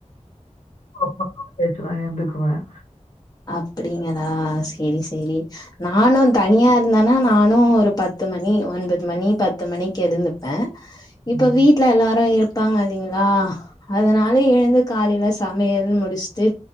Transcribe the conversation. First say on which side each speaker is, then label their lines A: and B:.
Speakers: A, on the left (about 75°); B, on the left (about 30°).
A: <unintelligible> நான் எந்துக்குவேன்
B: அப்படிங்கலா சரி சரி நானும் தனியா இருந்தேன்னா நானும் ஒரு பத்து மணி ஒன்பது மணி பத்து மணிக்கு எழுந்துப்பேன்
A: ம்,
B: இப்ப வீட்டுல எல்லாரும் இரு வப்பாங்க இல்லலைங்களா அதனால எழுந்து காலைல சமையல் முடிச்சு